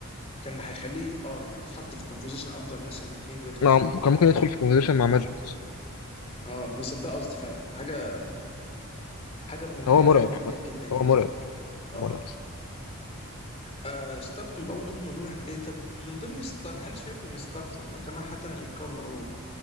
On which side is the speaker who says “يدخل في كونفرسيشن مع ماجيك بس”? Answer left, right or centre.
Left